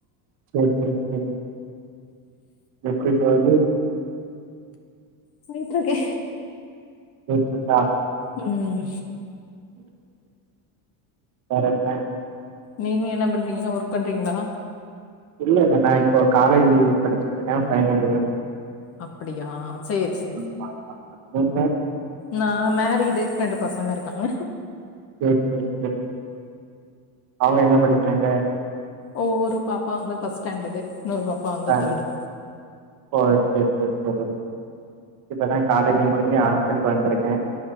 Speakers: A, on the right (about 45°); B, on the left (about 35°).
A: சேர் சேர் சேரி எப்டி போது
B: போய்ட்ருக்கு
A: போய்ட்ருக்கா
B: ம்
A: <inaudible> வேற ப்ளான்
B: நீங்க என்ன பண்றீங்க ஒர்க் பண்றீங்களா
A: இல்ல இல்ல நா இப்போ காலேஜு படிச்சட்டு இருக்கே ஃபைனல் இயர்
B: அப்டியா சேரி சேரி
A: ஆமா ஆமா ஆமா. நீங்க
B: நா மேரீடு ரெண்டு பசங்க இருக்காங்க
A: சேர் சேர் சேரி அவுங்க என்ன படிக்காங்க
B: ஓ ஒரு பாப்பா வந்து ஃபர்ஸ்ட்டாண்டர்டு இன்னொரு பாப்பா வந்து
A: ஆ
B: தேர்டு
A: ஓ சேர் சேர் செரி இப்பதா காலேஜு முடிஞ்சு ஹாஸ்டலுக்கு வந்துருக்கே